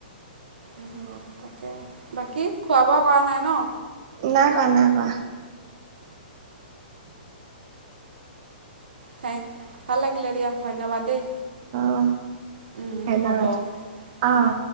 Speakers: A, on the right; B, on the right.
A: উম
B: অ
A: তাকে। বাকী খোৱা বোৱা কৰা নাই ন।
B: নাই কোৱা নাই কোৱা।
A: হ ভাল লাগিলে দিয়া ধন্যবাদ দেই।
B: অ
A: উম,
B: ধন্যবাদ
A: হ'ব
B: অ।
A: উম।